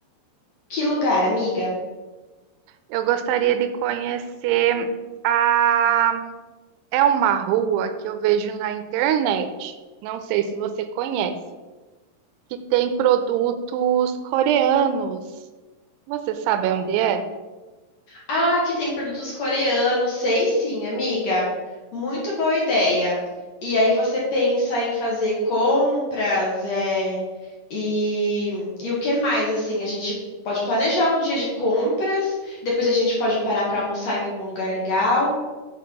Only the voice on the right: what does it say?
Eu gostaria de conhecer a. É uma rua que eu vejo na internet, não sei se você conhece, que tem produtos coreanos. Você sabe onde é?